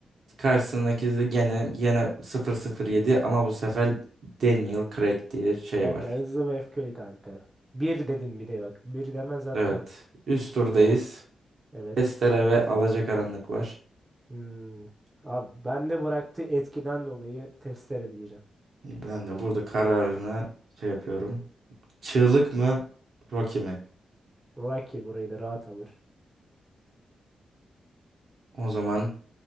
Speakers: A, on the right; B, on the right.
A: Karşısındaki de gene gene sıfır sıfır yedi ama bu sefer Daniel Craig diye şey
B: Yok
A: var.
B: Ya hızlı ve öfkeli kanka. Bir dedin bir de bak. Bir demen zaten.
A: Evet. Üst turdayız.
B: Doğru. Evet.
A: Estere ve Alacakaranlık var.
B: Hmm. Abi ben de bıraktığı etkiden dolayı testere diyeceğim.
A: Ben de burada kararını şey yapıyorum. Çığlık mı? Rocky mi?
B: Rocky burayı da rahat alır.
A: O zaman